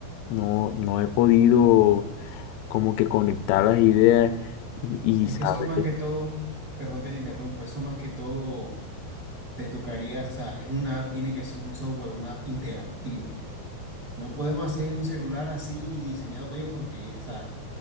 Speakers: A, on the left; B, on the right.
A: no, no he podido como que conectar las ideas y,
B: es
A: y saber.
B: que eso más que todo, perdón que te interrumpa, eso más que todo te tocaría, o sea, es una app, tiene que ser un software, una app interactiva. No podemos hacer un celular así diseñado para ellos porque, o sea,